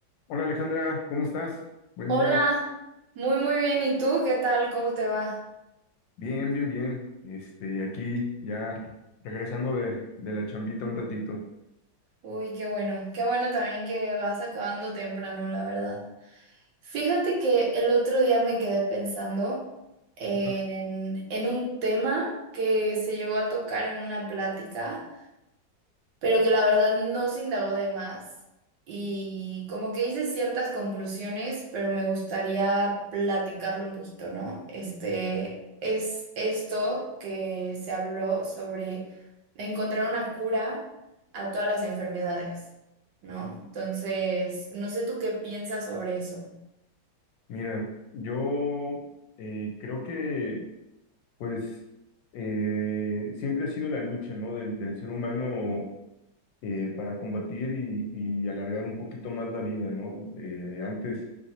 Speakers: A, on the left; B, on the right.
A: Hola Alejandra, ¿cómo estás? Buen
B: Hola,
A: día.
B: muy muy bien. ¿Y tú qué tal? ¿Cómo te va?
A: Bien, bien, bien. Este, aquí ya regresando de, de la chambita un ratito.
B: Uy, qué bueno. Qué bueno también que vas acabando temprano, la verdad. Fíjate que el otro día me quedé pensando en,
A: Ajá.
B: en un tema que se llegó a tocar en una plática. pero que la verdad no se indagó de más y como que hice ciertas conclusiones, pero me gustaría platicarlo un poquito, ¿no? Este es esto que se habló sobre encontrar una cura a todas las enfermedades, ¿no? Entonces, no sé tú qué piensas sobre eso.
A: Mira, yo eh, creo que pues eh, siempre ha sido la lucha, ¿no? del, del ser humano eh, para combatir y, y alargar un poquito más la vida, ¿no? Eh, antes,